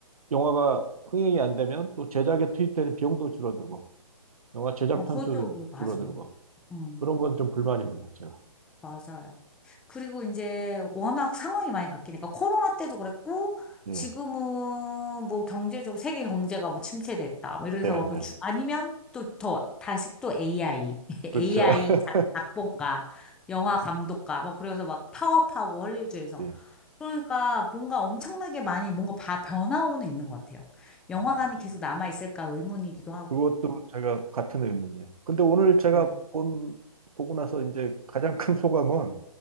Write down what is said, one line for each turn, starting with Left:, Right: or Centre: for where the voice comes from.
Right: 영화가 흥행이 안 되면 또 제작에 투입되는 비용도 줄어들고, 영화 제작
Centre: 어,
Right: 편수도
Centre: 그것도 그- 맞아요.
Right: 줄어들고,
Centre: 음,
Right: 그런 건 좀 불만입니다, 제가.
Centre: 맞아요. 그리고 이제 워낙 상황이 많이 바뀌니까 코로나 때도 그랬고
Right: 예,
Centre: 지금은 뭐 경제적으로 세계 경제가 뭐 침체됐다. 뭐 이래서
Right: 네, 네.
Centre: 뭐 주, 아니면 또 더 다시 또 AI,
Right: 그렇죠.
Centre: AI
Right: <laughs>
Centre: <laughs> 작- 작본가, 영화 감독가 뭐 그래서 막 파업하고 헐리우드에서
Right: 예.
Centre: 그러니까 뭔가 엄청나게 많이 뭔가 바, 변화오는 있는 것 같아요. 영화관이
Right: 아, 맞습니다.
Centre: 계속 남아있을까 의문이기도 하고.
Right: 그것도 제가 같은 의문이에요. 근데 오늘 제가
Centre: 네.
Right: 본, 보고 나서 이제 가장 큰 소감은,